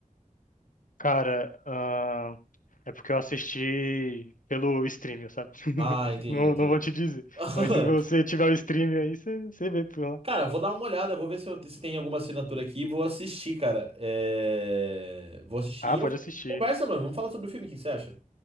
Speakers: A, on the left; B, on the right.
A: Cara, ahn, é porque eu assisti pelo stream, sabe? <laughs>
B: Ah, entendi,
A: Não,
B: entendi.
A: não vou te dizer.
B: <laughs>
A: Mas se você tiver o stream aí, você você vê por lá.
B: Cara, vou dar uma olhada, vou ver se, eu- se tem alguma assinatura aqui. Vou assistir, cara. É, Vou assistir
A: Ah,
B: e
A: pode
B: eu...
A: assistir.
B: conversa, mano. Vamos falar sobre o filme, o que que você acha?